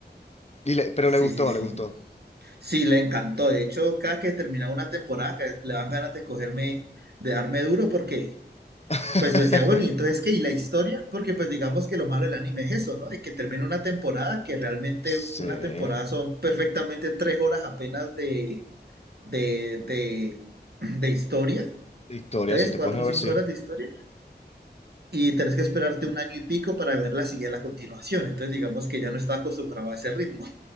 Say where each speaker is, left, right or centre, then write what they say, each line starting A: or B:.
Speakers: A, on the left; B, on the right.
A: Y le- pero
B: Sí,
A: le gustó,
B: sí, sí.
A: le gustó.
B: Sí, le encantó. De hecho, cada que terminaba una temporada, que le dan ganas de escogerme, de darme duro, porque
A: <laughs>
B: pues me decía, bueno, y entonces qué, y la historia, porque pues digamos que lo malo del anime es eso, ¿no? Es que termina una temporada, que realmente
A: Sí,
B: una
A: de
B: temporada son perfectamente tres horas apenas de, de, de, <clears throat> de historia,
A: historia,
B: tres,
A: si te
B: cuatro,
A: pones a
B: cinco
A: ver, sí.
B: horas de historia, y tenés que esperarte un año y pico para ver la siguiente, la continuación. Entonces, digamos que ya no estaba acostumbrado a ese ritmo.